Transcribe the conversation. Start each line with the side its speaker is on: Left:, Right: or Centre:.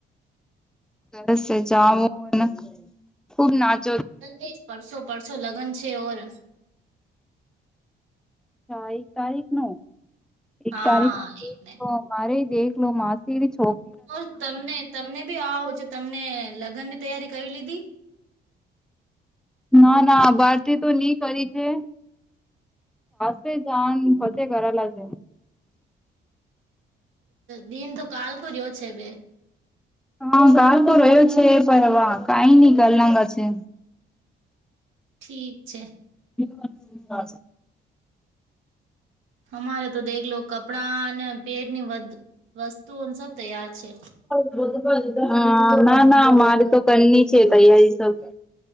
Centre: બસ જઉન ખુબ નાચ
Right: <unintelligible> પરસો પરસો લગ્ન છે ઓર
Centre: <unintelligible> એક તારીખ નો એક
Right: હા
Centre: તારીખ
Right: એકને
Centre: તો મારે એકનો માર થેરિજ
Right: ઓ તમને તમને બી આવો જ તમને લ ગનની તૈયારી કરી લીધી
Centre: ના ના આ બાર તો નહી કરી છે ચ જાણ. <unintelligible>
Right: દિન તો કાલ રહ્યો છે બેન
Centre: હા ગાલ તો રહ્યો છે પર હ વા કઈ નઈ ગ લંગા છે.
Right: ઠીક છે.
Centre: <inaudible>
Right: હમારે તો દેખલો લો કપડા અને પેટની વસ-વસ્તુઓ સબ તૈયાર છે.
Centre: <unintelligible> હ ના ના મારે તો કરની છે. તૈયારી સબ